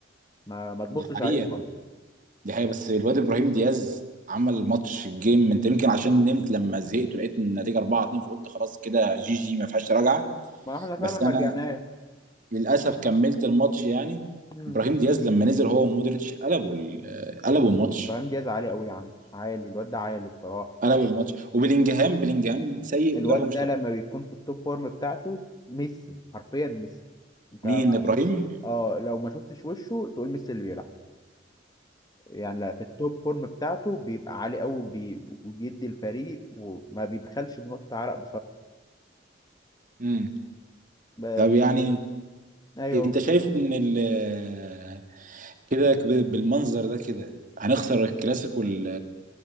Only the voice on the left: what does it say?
ما ما تبصش
عليهم اصلا
ما احنا فعلا
ما
رجعناش
مم.
ابراهيم دياز عالي قوي يا عم عالي الواد ده عالي بصراحة
الواد
ده
لما بيكون في التوب فورم بتاعته ميسي حرفيا ميسي انت
اه لو ما شفتش وشه تقول ميسي اللي بيلعب يعني لا في التوب فورم بتاعته بيبقى عالي قوي وبي- وبيدي الفريق وما بيبخلش بنقطة عرق
بصراحة
ايوه